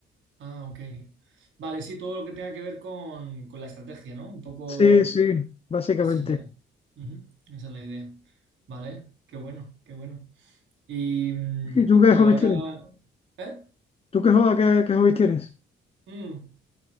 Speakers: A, on the right; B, on the left.
A: Ah, ok. Vale, sí, todo lo que tenga que ver con, con la estrategia, ¿no? Un poco...
B: Sí, sí, básicamente.
A: Esa es, la- Ujú, esa es la idea. Vale, qué bueno, qué bueno. Y, mm,
B: ¿Y tú qué
A: y
B: hobbies
A: ahora...
B: tienes?
A: ¿Eh?
B: ¿Tú qué, juegas- qué, qué hobbies tienes?
A: Mm,